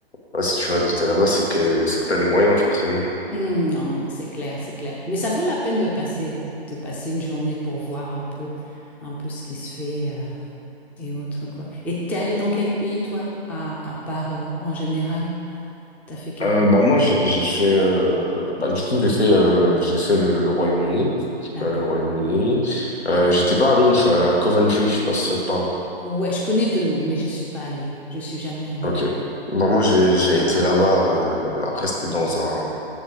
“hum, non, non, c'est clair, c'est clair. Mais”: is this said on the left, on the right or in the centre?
Centre